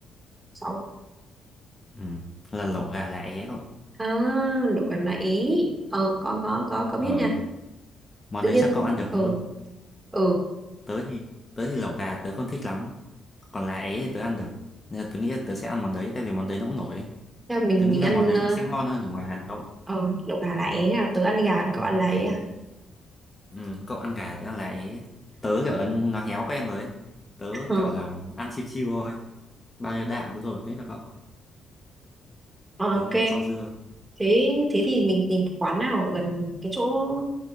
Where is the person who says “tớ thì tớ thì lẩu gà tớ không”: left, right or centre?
Left